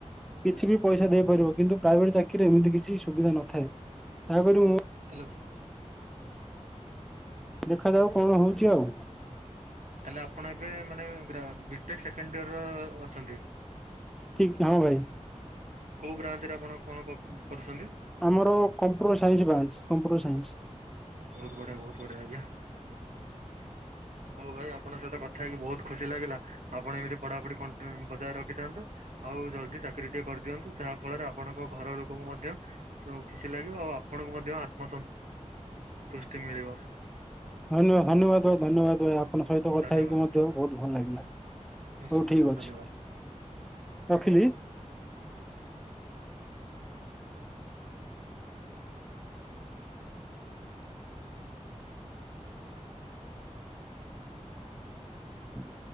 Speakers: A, in the centre; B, on the right.
A: କିଛି ବି ପଇସା ଦେଇ ପାରିବ କିନ୍ତୁ ପ୍ରାଇଭେଟ ଚାକିରିରେ ଏମିତି କିଛି ସୁବିଧା ନ ଥାଏ ଯାହାକ ମୁଁ
B: ହେଲ୍ଲୋ।
A: ଦେଖାଯାଉ କଣ ହଉଛି ଆଉ।
B: ତାଲେ ଆପଣ ଏବେ ମାନେ ବିଟେ ସେକେଣ୍ଡ ଇୟର ର ଅଛନ୍ତି?
A: ଠିକ ହଁ ଭାଇ।
B: କୋଉ ବ୍ରାଞ୍ଚ ରେ ଆପଣ କଣ କରୁଛନ୍ତି?
A: ଆମର computer science branch computer science.
B: ବହୁତ ବଢିଆ ବହୁତ ବଢିଆ ଆଜ୍ଞା। ହଉ ଭାଇ ଆପଣଙ୍କ ସହିତ କଥା ହେଇକି ବହୁତ ଖୁସି ଲାଗିଲା। ଆପଣ ଏମିତି ପଢାପଢି ବଜାୟ ରଖିଥାନ୍ତୁ ଆଉ ଜଲଦି ଚାକିରି ଟିକେ କରିଦିଅନ୍ତୁ ଯାହା ଫଳରେ ଆପଣଙ୍କ ଘର ଲୋକଙ୍କୁ ମଧ୍ୟ ଖୁସି ଲାଗିବ ଆଉ ଆପଣ ମଧ୍ୟ ଆତ୍ମସନ୍ତ ଦୃଷ୍ଟି ମିଳିବ।
A: ଧନ୍ୟବାଦ ଧନ୍ୟବାଦ ଭାଇ ଧନ୍ୟବାଦ ଭାଇ। ଆପଣଙ୍କ ସହିତ କଥା
B: ଧନ୍ୟବାଦ
A: ହେଇକି ମଧ୍ୟ
B: ଭାଇ
A: ବହୁତ ଭଲ ଲାଗିଲା ହଉ
B: ନିଶ୍ଚୟ ନିଶ୍ଚୟ
A: ଠିକ ଅଛି।
B: ଧନ୍ୟବାଦ।
A: ରଖିଲି। ହୁଁ